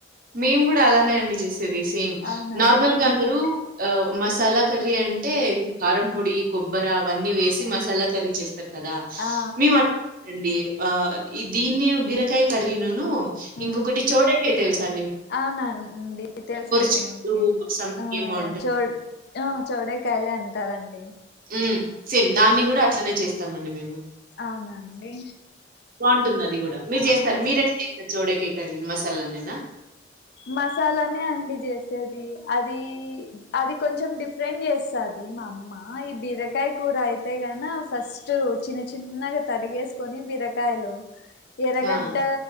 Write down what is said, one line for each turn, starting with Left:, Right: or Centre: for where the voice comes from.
Right: మేము కూడా అలానే అండి చేసేది సేమ్
Left: అవునండి
Right: నార్మల్గా అందరూ ఆ మసాలా కర్రీ అంటే ఇది కారం పొడి కొబ్బర అవన్నీ వేసి మసాలా కర్రీ చేస్త కదా
Left: ఆ
Right: మీ అట్లాారండి ఆ ఈ దీన్ని బీరకాయ కర్రీనును
Left: ఆ
Right: ఇంకొకటి చోడక అయితా సార్
Left: అవునండి తెల్స అండి
Right: చిక్కుడు
Left: నాకి
Right: సంథింగ్
Left: ఆ
Right: ఏమో అంటారు.
Left: చో చ డే కాయలు అంటారండి
Right: ఉ సేమ్ దాన్ని కూడా అట్లనే చేస్తామండి మేము
Left: అవునా అండి
Right: బాగుంటుంది అది కూడా మీరు
Left: ఆ
Right: చేస్తారు మీరట్లా చేస్తారు చోడే కేకర న మసాలా నేనా
Left: మసాలానే అండి చేసేది అది అది కొంచెం డిఫరెంట్ చేస్తుంది మా అమ్మ ఈ బీరకాయ కూర అయితే న ఫస్ట్ చిన్న చిన్నగా తరిగేసుకొని బిరకయలో ఎరగడ్డ
Right: ఆ!